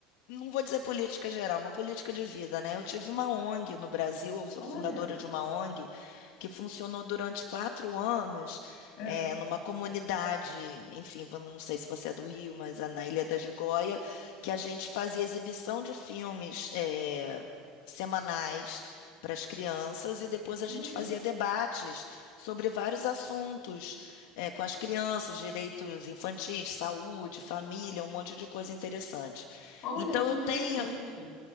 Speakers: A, on the left; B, on the left.
A: não vou dizer política geral, uma política de vida, né? Eu tive uma ONG no Brasil, eu sou
B: Olha,
A: fundadora de uma ONG que funcionou durante quatro anos,
B: é,
A: eh, numa comunidade, enfim, eu não sei se você é do Rio, mas é na Ilha da Gigoia, que a gente fazia exibição de filmes, eh, semanais para as crianças e depois
B: olha,
A: a gente fazia debates sobre vários assuntos é, com as crianças, direitos infantis, saúde, família, um monte de coisa interessante.
B: olha
A: Então
B: que interessante.
A: eu tenho,